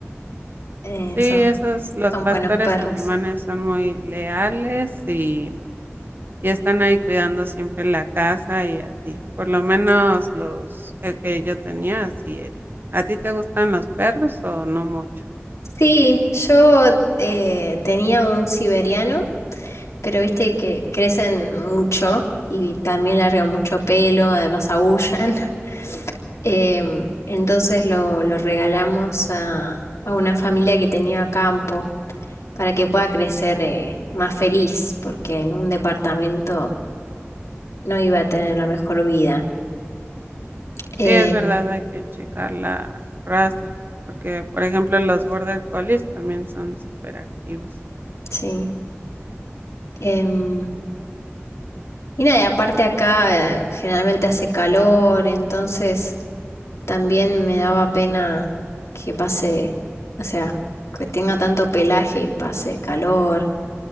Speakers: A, on the left (about 85°); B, on the right (about 45°).
A: eh,
B: Sí,
A: son,
B: esos, los
A: son
B: pastores
A: buenos perros.
B: alemanes son muy leales y y están ahí cuidando siempre la casa y a ti. Por lo menos los, el que yo tenía así era. ¿A ti te gustan los perros o no mucho?
A: Sí, yo eh, tenía un siberiano, pero viste que crecen mucho y también largan mucho pelo, además aullan. <laughs> Em, entonces lo, lo regalamos a, a una familia que tenía campo para que pueda crecer eh, más feliz, porque en un departamento no iba a tener la mejor vida. Eh,
B: Sí, es verdad, hay que checar la raza, porque por ejemplo los Border Collies también son súper activos.
A: sí. Em, Y nada, y aparte acá eh, generalmente hace calor, entonces también me daba pena que pase, o sea, que tenga tanto pelaje y pase calor.